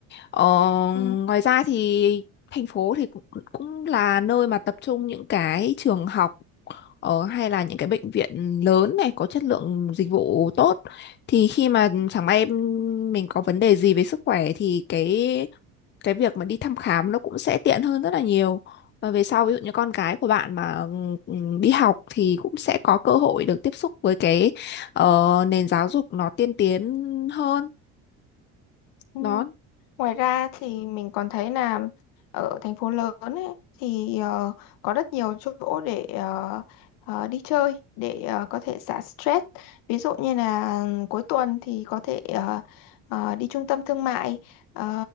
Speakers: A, on the left (about 30°); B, on the left (about 75°).
A: Ờ,
B: ừ.
A: ngoài ra thì thành phố thì cũng, cũng là nơi mà tập trung những cái trường học ờ, hay là những cái bệnh viện lớn này có chất lượng dịch vụ tốt thì khi mà chẳng may em- mình có vấn đề gì về sức khỏe thì cái cái việc mà đi thăm khám nó cũng sẽ tiện hơn rất là nhiều và về sau ví dụ như con cái của bạn mà ừ, đi học thì cũng sẽ có cơ hội được tiếp xúc với cái ờ, nền giáo dục nó tiên tiến hơn
B: Ừ.
A: đó
B: Ngoài ra thì mình còn thấy là ở thành phố lớn ấy, thì ờ, có rất nhiều chỗ để ờ, ờ, đi chơi để ờ, có thể xả stress. Ví dụ như là ừ, cuối tuần thì có thể ờ, ờ, đi trung tâm thương mại ờ,